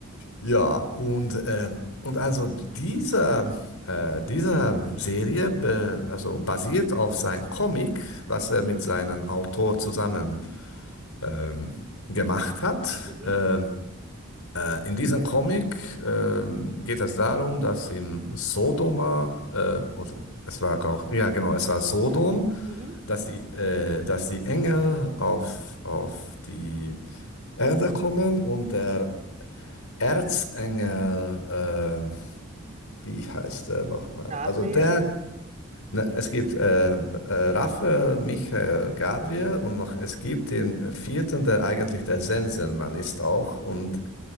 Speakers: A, on the left; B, on the right.
A: Ja, und, ähm, und also diese äh, dieser Serie be, also basiert auf seinem Comic, was er mit seinem Autor zusammen ähm, gemacht hat.
B: Mhm,
A: Ähm, äh, in diesem Comic ähm, geht es darum, dass im Sodoma, äh, oder es war auch, ja genau, es war Sodom,
B: mhm.
A: dass die, äh, dass die Engel auf, auf die Erde kommen und der Erzengel äh, wie heißt er nochmal?
B: Gabriel.
A: Also der, na, es gibt äh, äh, Raphael, Michael, Gabriel und noch, es gibt den äh, vierten, der eigentlich der Sensenmann ist auch und